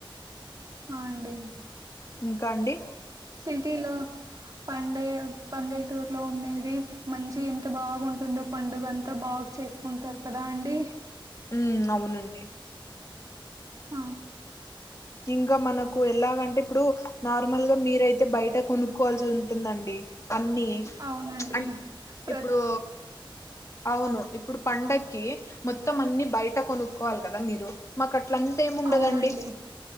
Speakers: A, on the right; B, on the left.
A: హ అండి
B: ఇంకా అండి
A: సిటీలొ పండగా పల్లెటూర్లో ఉండేది మంచి ఎంత బాగుంటుందో పండుగ అంత బాగ చేసుకుంటారు కదా అండి
B: ఉమ్ అవునండి
A: ఆ
B: ఇంక మనకు ఎలాగంటే ఇప్పుడు నార్మల్ గా మీరయితే బయట కొనుక్కోవాల్సి ఉంటుందండి అన్నీ
A: అవునండి
B: అం
A: ప్ర
B: ఇప్పుడు అవును ఇప్పుడు పండక్కి మొత్తం అన్ని బయట కొనుక్కోవాల్ కదా మీరు మాకట్ అట్లంతా ఏముండదండి
A: అవునండి